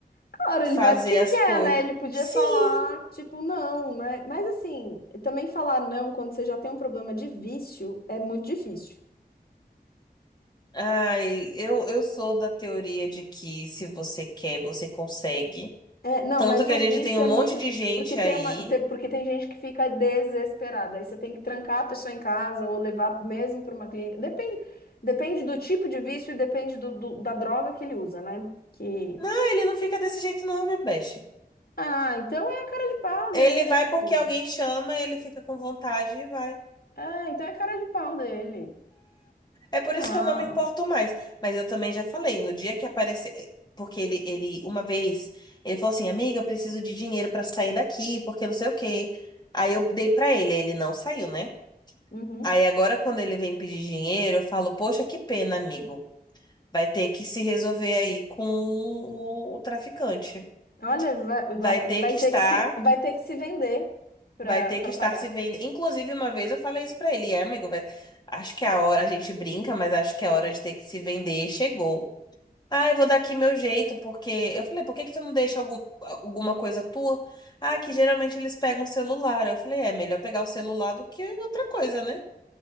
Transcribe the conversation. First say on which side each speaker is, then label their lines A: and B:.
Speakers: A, on the left; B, on the left.
A: Claro,
B: Fazer
A: ele vai porque
B: as
A: quer,
B: coisas.
A: né? Ele podia
B: Sim.
A: falar, tipo, não, né? Mas assim, também falar não quando você já tem um problema de vício é muito difícil.
B: Ai, eu, eu sou da teoria de que se você quer, você consegue.
A: É, não,
B: Tanto
A: mas
B: que
A: o
B: a gente
A: vício
B: tem um monte
A: é muito
B: de
A: de-
B: gente
A: porque tem
B: aí.
A: uma, te- porque tem gente que fica desesperada. Aí você tem que trancar a pessoa em casa ou levar mesmo para uma clínica. Depende, depende do tipo de vício, e depende do, do- da droga que ele usa, né? Que
B: Não, ele não fica desse jeito, não, minha besta.
A: ah, então é cara de pau
B: Ele
A: dele.
B: vai porque alguém chama, ele fica com vontade e vai.
A: É, então é cara de pau dele.
B: É por
A: Ah.
B: isso que eu não me importo mais. Mas eu também já falei, no dia que aparecer. eh, Porque ele, ele, uma vez, ele falou assim: Amiga, eu preciso de dinheiro pra sair daqui, porque não sei o quê. Aí eu dei pra ele, aí ele não saiu, né?
A: uhum.
B: Aí agora, quando ele vem pedir dinheiro, eu falo: Poxa, que pena, amigo. Vai ter que se resolver aí com o, o traficante.
A: Olha, vai,
B: Vai
A: vai,
B: ter
A: vai
B: que estar,
A: ter que se, vai ter que se vender para
B: vai ter
A: para
B: que estar
A: pagar.
B: se vendo. Inclusive, uma vez eu falei isso pra ele, é, amigo, vai- acho que é a hora, a gente brinca, mas acho que é a hora de ter que se vender chegou. Ah, eu vou dar aqui meu jeito, porque. Eu falei, por que que tu não deixa algum, alguma coisa tua? Ah, que geralmente eles pegam o celular. Eu falei, é é melhor pegar o celular do que outra coisa, né?